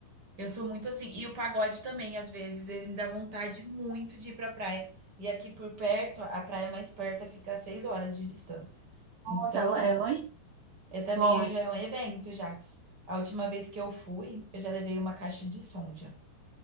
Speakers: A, on the right; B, on the right.
A: Eu sou muito assim. E o pagode também, às vezes, ele me dá vontade muito de ir pra praia. E aqui por perto, a praia mais perto fica a 6 horas de distância.
B: Nossa,
A: Então.
B: é lo- é longe?
A: É também
B: Longe.
A: é- já é um evento já. A última vez que eu fui, eu já levei uma caixa de som já.